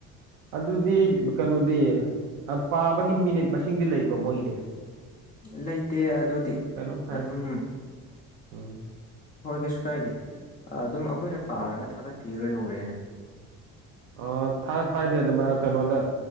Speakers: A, on the right (about 80°); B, on the left (about 25°).
A: ꯑꯗꯨꯗꯤ ꯀꯩꯅꯣꯗꯤ ꯄꯥꯕꯒꯤ ꯃꯤꯅꯤꯠ ꯃꯁꯤꯡꯗꯤ ꯂꯩꯕ꯭ꯔꯣ ꯃꯣꯏꯒꯤꯗꯤ
B: ꯂꯩꯇꯦ ꯑꯗꯨꯗꯤ
A: ꯀꯩꯅꯣꯝ ꯍꯥꯏꯔꯦ
B: ꯑꯗꯨꯝ
A: ꯎꯝ
B: ꯍꯣꯏ ꯀꯩꯁꯨ ꯀꯥꯏꯗꯦ ꯑꯗꯨꯝ ꯑꯈꯣꯏꯅ ꯄꯥꯔꯒ ꯊꯥꯒꯠꯄꯤꯒ꯭ꯔ ꯂꯣꯏꯔꯦꯗ
A: ꯑꯥ ꯊꯥꯒꯠꯄ ꯍꯥꯏꯗꯤ ꯑꯗꯨꯝ ꯑꯥ ꯀꯅꯣꯗ